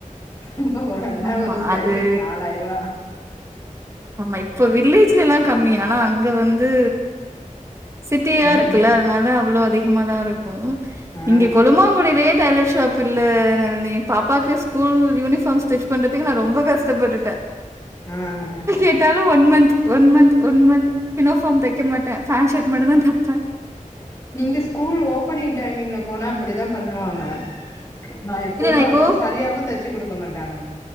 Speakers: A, on the left (about 20°); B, on the right (about 20°).
A: கும்பகோணந்தான்
B: ஆமா
A: ஒரு ஸ்கொயர்
B: அது
A: பீட் நால் ஆயரூவா
B: ஆமா இப்ப வில்லேஜ்ல்லா கம்மி ஆனா அங்க வந்து சிட்டியா
A: ம்
B: இருக்குல்ல அதனால அவ்ளோ அதி ம்மா‌தா இருக் ம்
A: ஆ
B: இங்க கொழுமாங்குடிலே டெய்லர் ஷாப் இல்ல நி பாப்பாக்கு ஸ்கூல் யூனிஃபாம் ஸ்டிச் பண்றதுகு நா ரொம்பவே கஷ்டபட்டுட
A: ஆ அ
B: கேட்டாலு one month one month one month பினோஃபாம் தெக்கமாட்டே ஃபேண்ட் ஷட் மட்டுதா தப்ப
A: நீங்க ஸ்கூல் ஓபனிங் டைமிங்ல போனா அப்புடிதா பண்ணுவாங்க நா எப்போது
B: இல்ல இப்போ
A: அது சரியாவு தச்சி குடுக்கமாட்டாங்க